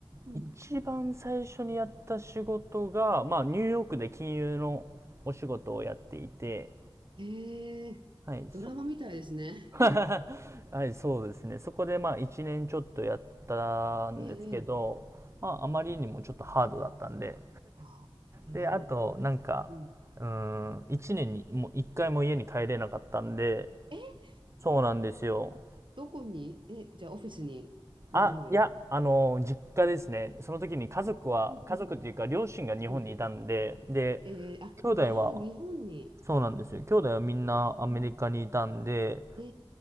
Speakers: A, on the right (about 55°); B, on the right (about 30°).
A: うん。
B: 一番最初にやった仕事が、まあ、ニューヨークで金融のお仕事をやっていて、
A: ええドラマみたいですね。
B: はい、そ、<laughs> はい、そうですね。そこで、まあ、一年ちょっとやったんですけど、
A: ええええ
B: まあ、あまりにもちょっとハードだったんで、
A: ああ、やはり。
B: で、あと、なんか、
A: うん。
B: うーん、一年に、もう一回も家に帰れなかったんで、
A: え、
B: そうなんですよ。
A: どこに、え、じゃあオフィスに寝泊まりですか
B: あ、いや、あの、実家ですね。その時に家族は、
A: うんうん
B: 家族っていうか両親が日本にいたんで、
A: うん。
B: で、
A: ええあ、
B: 兄弟は、
A: ああ、日本に。
B: そうなんですよ。兄弟はみんなアメリカにいたんで、
A: ああ、え